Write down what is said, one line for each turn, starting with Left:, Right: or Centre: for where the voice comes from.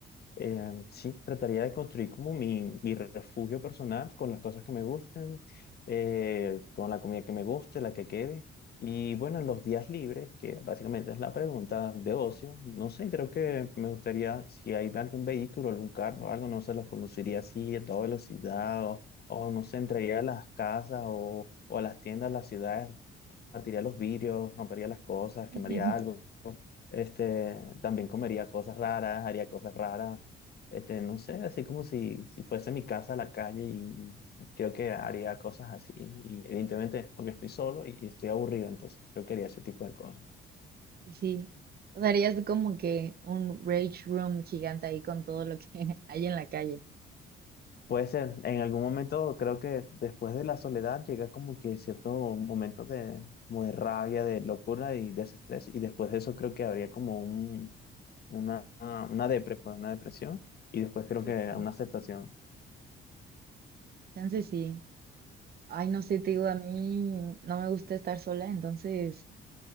Left: Eh, sí, trataría de construir como mi, mi refugio personal con las cosas que me gusten, eh, con la comida que me guste, la que quede. Y bueno, en los días libres, que básicamente es la pregunta de ocio, no sé, creo que me gustaría, si hay algún vehículo, algún carro, algo, no se los conduciría así a toda velocidad o, o no sé, entraría a las casas o, o a las tiendas, a las ciudades, partiría los vidrios, rompería las cosas, quemaría
Right: <laughs>
Left: algo este, también comería cosas raras, haría cosas raras. Este, no sé, así como si, si fuese mi casa a la calle y, y creo que haría cosas así. Y evidentemente es porque estoy solo y y estoy aburrido, entonces creo que haría ese tipo de cosas.
Right: Sí. O sea, harías como que un rage room gigante ahí con todo lo que <laughs> hay en la calle.
Left: Puede ser, en algún momento creo que después de la soledad llega como que cierto momento de, como de rabia, de locura y desestrés. Y después de eso creo que habría como un, una, una depre, pues, una depresión. Y después creo
Right: Sí,
Left: que
Right: sí.
Left: una aceptación.
Right: Chance sí. Ay, no sé, te digo, a mí no me gusta estar sola, entonces